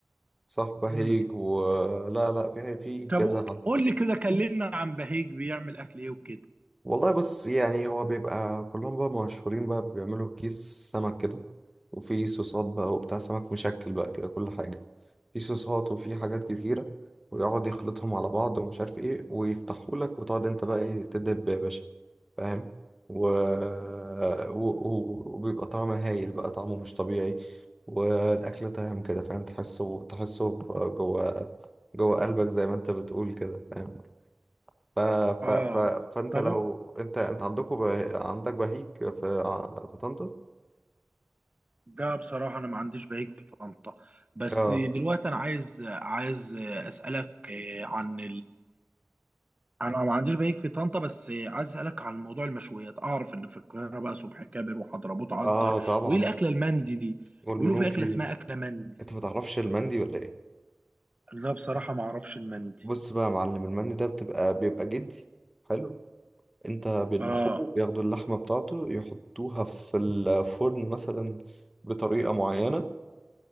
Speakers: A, in the centre; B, on the right.
A: صح بهيج
B: مم.
A: و لا لا في في
B: طب
A: كذا حد
B: قول لي كده كلمنا عن بهيج بيعمل اكل ايه وكده
A: والله بص يعني هو بيبقى كلهم بقى مشهورين بقى بيعملوا كيس سمك كده وفي صوصات بقى وبتاع سمك مشكل بقى كده كل حاجة في صوصات وفي حاجات كتيرة ويقعد يخلطهم على بعض ومش عارف ايه ويفتحوا لك وتقعد انت بقى ايه تدب يا باشا فاهم و... و... و... وبيبقى طعمه هايل بقى طعمه مش طبيعي والأكل طعم كده فاهم تحسه تحسه جوه جوه قلبك زي ما انت بتقول كده فاهم ف...
B: اه
A: ف... ف... فانت
B: طب
A: لو انت انت عندكم به... عندك بهيج في ع- في طنطا
B: ده بصراحه انا ما عنديش بهيج في طنطا بس
A: اه
B: دلوقتي انا عايز عايز اسالك آه، عن انا ما عنديش بيك في طنطا بس عايز اسالك عن موضوع المشويات اعرف ان في القاهره بقى صبحي كابر وحضرموت
A: اه
B: عنتر
A: طبعا
B: وايه الاكله المندي دي
A: والمنوفي
B: بيقولوا في اكله اسمها اكله مندي
A: انت ما تعرفش المندي ولا ايه
B: لا بصراحه ما اعرفش المندي
A: بص بقى يا معلم المندي ده بتبقى بيبقى جدي حلو انت بيذبحوه
B: اه
A: بياخدوا اللحمه بتاعته يحطوها في الفرن مثلا بطريقه معينه